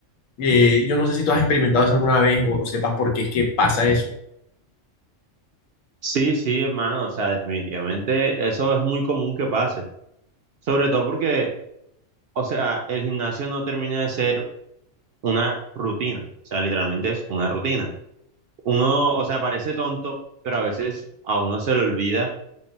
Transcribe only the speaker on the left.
eh, yo no sé si tú has experimentado eso alguna vez o, o sepas por qué es que pasa eso.